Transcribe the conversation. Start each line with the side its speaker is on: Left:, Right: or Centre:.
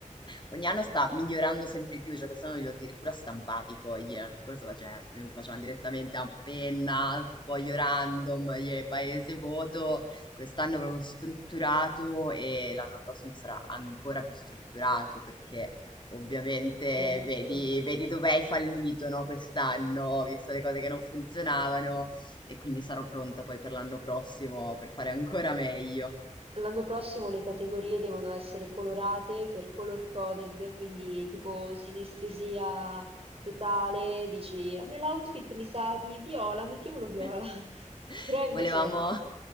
Left: ogni anno sta migliorando sempre di più, cioè quest'anno li ho addirittura stampati i fogli, l'anno scorso faceva- si facevano direttamente a penna, foglio random, e paese voto, quest'anno è proprio strutturato e l'anno prossimo sarà ancora più strutturato perché ovviamente
Right: Certo.
Left: vedi, vedi dove hai fallito, no, quest'anno, visto le cose che non funzionavano e quindi sarò pronta poi per l'anno prossimo per fare ancora meglio.
Right: L'anno prossimo le categorie devono essere colorate per color coded, quindi tipo sinestesia totale, dici a me l'outfit mi sa di viola, mettiamolo viola.
Left: <laughs>
Right: <laughs> Però invece
Left: Volevamo,